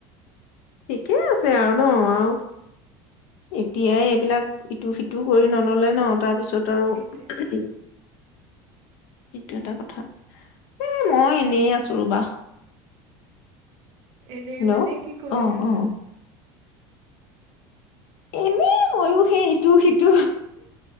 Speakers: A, on the left; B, on the right.
A: ঠিকে আছে আৰু ন আৰু এতিয়াই এইবিলাক ইটো সিটো কৰি নললে ন' তাৰপিছত তত আৰু
B: সেইটোৱে।
A: এইটো এটা কথা উম মই এনেই আছো ৰবা।
B: এনেই
A: হেল্ল'
B: মানে কি কৰি
A: অ
B: আছা?
A: অ এনে ময়ো সেই ইটো সিটো